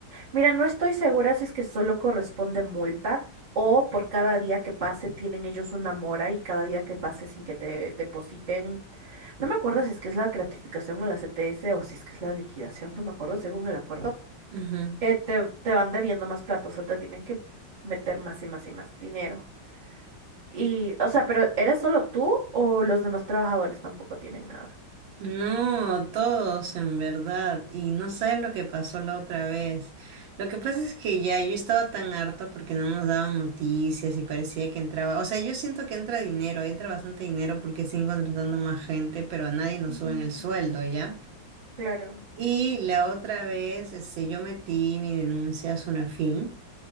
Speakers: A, on the right; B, on the right.
A: Mira, no estoy segura si es que solo corresponde multa o por cada día que pase tienen ellos una mora y cada día que pase sin que te depositen. No me acuerdo si es que es la gratificación o la CTS o si es que es la liquidación, no me acuerdo según el acuerdo.
B: ujú.
A: eh, te, te van debiendo más platos, o sea, te tienen que meter más y más y más dinero. Y, o sea, pero ¿eres solo tú o los demás trabajadores tampoco tienen nada?
B: No, todos en verdad. Y no sabes lo que pasó la otra vez. Lo que pasa es que ya yo estaba tan harta porque no nos daban noticias y parecía que entraba. O sea, yo siento que entra dinero, entra bastante dinero porque siguen contratando más gente, pero a nadie nos
A: Ujú,
B: suben el sueldo, ¿ya?
A: Claro.
B: Y la otra vez, este, yo metí mi denuncia a Sunafin.